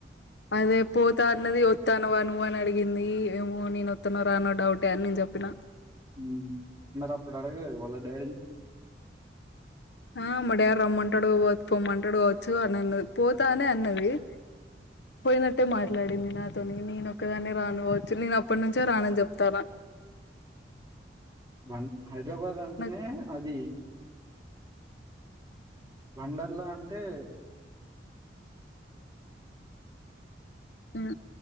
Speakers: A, on the left; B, on the right.
A: అదే పోతా అన్నది వత్తాన్నవా నువ్వు అని అడిగింది, ఏమో నేను వత్తనో రానో డౌటే అని నేను చెప్పిన.
B: ఉమ్ మరి అప్పుడు అడగలేద వాళ్ళ డాడీని?
A: ఆ మా డాడీ రమ్మంటడు వ పొమ్మంటాడు వచ్చుగా అని అన్నది పోతానే అన్నది. అ పోయినట్టే మాట్లాడింది నాతోని, నేనొక్కదానే కావచ్చు నేను అప్పటినుంచే రానని చెప్తానా.
B: బం హైదరాబాద్ అంటెనే
A: నాకు
B: అది వండర్లా అంటే
A: ఉమ్